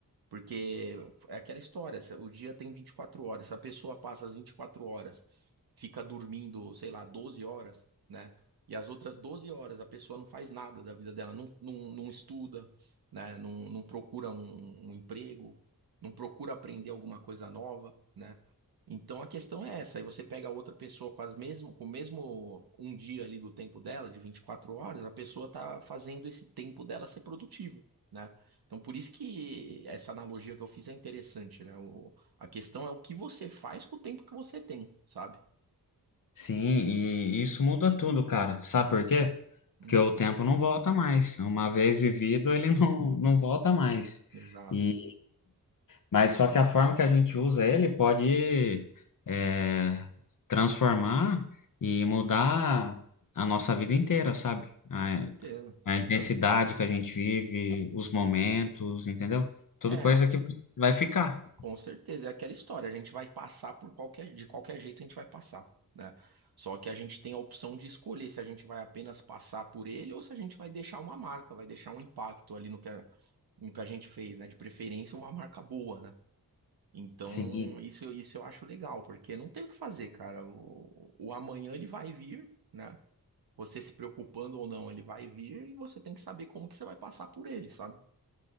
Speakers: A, on the right; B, on the left.
A: Porque é aquela história, se- o dia tem 24 horas, se a pessoa passa as 24 horas, fica dormindo, sei lá, 12 horas, né? E as outras 12 horas a pessoa não faz nada da vida dela, não, não, não estuda, né? Não, não procura um, um emprego, não procura aprender alguma coisa nova, né? Então a questão é essa, aí você pega outra pessoa com as mesmo, com o mesmo um dia ali do tempo dela, de 24 horas, a pessoa tá fazendo esse tempo dela ser produtivo. né? Então, por isso que essa analogia que eu fiz é interessante, né? O, a questão é o que você faz com o tempo que você tem, sabe?
B: Sim, e isso muda tudo, cara. Sabe por quê?
A: Hum,
B: Porque o tempo não volta mais. Uma vez vivido, ele <laughs> não, não volta mais.
A: exato,
B: E, mas só que a forma que a gente usa ele pode é, transformar e mudar a nossa vida inteira, sabe? A,
A: com certeza.
B: a intensidade que a gente vive, os momentos, entendeu? Tudo
A: É,
B: coisa que vai ficar.
A: com certeza. É aquela história. A gente vai passar por qualquer, de qualquer jeito a gente vai passar, né? Só que a gente tem a opção de escolher se a gente vai apenas passar por ele ou se a gente vai deixar uma marca, vai deixar um impacto ali no que a, no que a gente fez, né? De preferência, uma marca boa, né? Então,
B: Sim,
A: isso, isso eu acho legal, porque não tem o que fazer, cara. O, o amanhã ele vai vir, né? Você se preocupando ou não, ele vai vir e você tem que saber como que você vai passar por ele, sabe?